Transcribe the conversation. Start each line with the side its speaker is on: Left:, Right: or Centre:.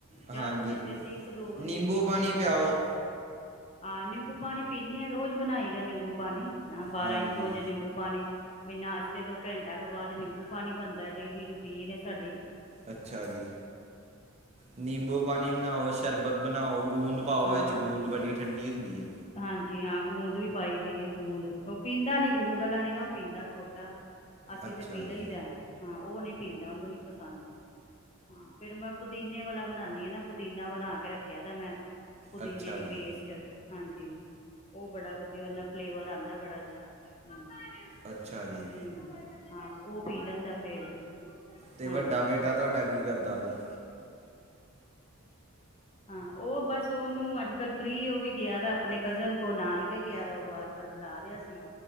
Right: ਹਾਂਜੀ
Left: ਚਾਹ ਤੇ ਵੈਸੇ ਅਸੀਂ ਇੱਕ ਦੋ ਵਾਰੀ
Right: ਨਿੰਬੂ
Left: ਪੀਦੇ
Right: ਪਾਣੀ
Left: ਹਾਂ ਇੱਕ
Right: ਪਿਆਓ
Left: ਹਾਂ ਨਿੰਬੂ ਪਾਣੀ ਪੀਂਦੇ ਹਾਂ ਰੋਜ਼ ਬਣਾਈ ਦਾ ਨਿੰਬੂ ਪਾਣੀ ਬਾਰਾਂ
Right: ਹਾਂਜੀ
Left: ਇੱਕ ਵਜੇ ਨਿੰਬੂ ਪਾਣੀ ਵੀ ਨਾਸ਼ਤੇ ਤੋਂ ਘੰਟਾ ਕੁ ਬਾਅਦ ਨਿੰਬੂ ਪਾਣੀ ਬਣਦਾ ਡੇਲੀ ਰੂਟੀਨ ਹੈ ਸਾਡੀ
Right: ਅੱਛਾ
Left: ਹਾਂਜੀ
Right: ਜੀ ਨਿੰਬੂ ਪਾਣੀ ਬਣਾਓ ਸ਼ਰਬਤ ਬਣਾਓ ਬੂੰਦ ਪਾਓ
Left: ਹਾਂ
Right: ਵਿੱਚ ਗੂੰਦ ਬੜੀ ਠੰਡੀ ਹੁੰਦੀ ਹੈ
Left: ਹਾਂਜੀ ਹਾਂ ਗੂੰਦ ਵੀ ਪਾਈ ਦੀ ਹੈ ਗੂੰਦ ਉਹ ਪੀਂਦਾ ਨੀ ਗੂੰਦ ਵਾਲਾ ਨੀ ਨਾ ਉਹ ਪੀਂਦਾ ਛੋਟਾ। ਅਸੀਂ
Right: ਅੱਛਾ
Left: ਤਾਂ ਪੀਲਾ
Right: ਜੀ
Left: ਹੀ ਦਾ ਹਾਂ ਉਹ ਨੀ ਪੀਂਦਾ ਉਹਨੂੰ ਨੀ ਪਸੰਦ ਹਾਂ ਫੇਰ ਮੈਂ ਪੁਦੀਨੇ ਵਾਲਾ ਬਣਾਉਾਨਦੀ ਹ ਨਾ ਪੁਦੀਨਾ ਬਣਾ ਕੇ ਰੱਖਿਆ ਤਾਂ ਮੈਂ ਪੁਦੀਨੇ
Right: ਅੱਛਾ
Left: ਦੀ
Right: ਜੀ
Left: ਪੇਸਟ ਹਾਂਜੀ, ਉਹ ਬੜਾ ਵਧੀਆ ਨ ਫਲੇਵਰ ਆਂਦਾ ਬੜਾ ਅੱਛਾ ਹ ਹ
Right: ਅੱਛਾ ਜੀ
Left: ਹਾਂ ਉਹ ਪੀ ਲੈਂਦਾ ਫੇਰ ਵੀ
Right: ਤੇ
Left: ਹਾਂਜੀ
Right: ਵੱਡਾ ਬੇਟਾ ਤੁਹਾਡਾ ਕੀ ਕਰਦਾ ਪਿਆ
Left: ਹਾਂ ਉਹ ਬਸ ਸ ਉਹਨੂੰ ਅੱਜ ਕੱਲ੍ਹ ਫਰੀ ਉਹ ਵੀ ਗਿਆ ਦਾ ਆਪਣੇ ਕਜ਼ਨ ਕੋਲ ਨਾਨਕੇ ਗਿਆ ਦਾ ਉਹ ਵਾਰ ਵਾਰ ਬੁਲਾ ਰਿਹਾ ਸੀ।